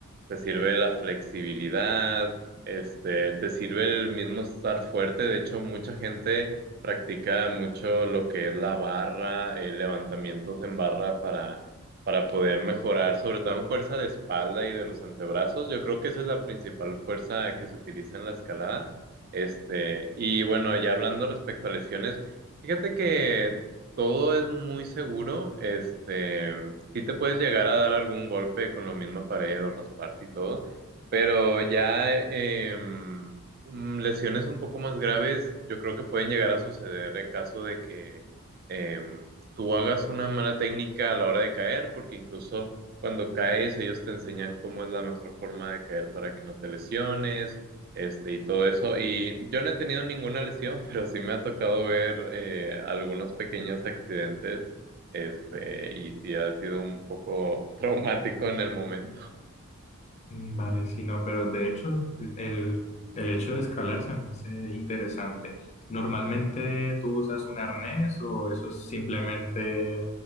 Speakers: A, on the right; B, on the left.
A: te sirve la flexibilidad, este, te sirve el mismo estar fuerte, de hecho mucha gente practica mucho lo que es la barra, eh, levantamientos en barra para, para poder mejorar, sobre todo en fuerza de espalda y de los antebrazos. Yo creo que esa es la principal fuerza que se utiliza en la escalada. Este, y bueno, ya hablando respecto a lesiones, fíjate que todo es muy seguro. Este, sí te puedes llegar a dar algún golpe con la misma pared o rasparte y todo. Pero ya, em, Mm, Lesiones un poco más graves, yo creo que pueden llegar a suceder en caso de que em, tú hagas una mala técnica a la hora de caer, porque incluso cuando caes ellos te enseñan cómo es la mejor forma de caer para que no te lesiones, este y todo eso. Y yo no he tenido ninguna lesión, <laughs> pero sí me ha tocado ver eh, algunos pequeños accidentes, este, y sí ha sido un poco <laughs> traumático en el momento.
B: Mm, Vale, sí, no, pero de hecho el, el hecho de escalar se me hace interesante. ¿Normalmente tú usas un arnés o eso es simplemente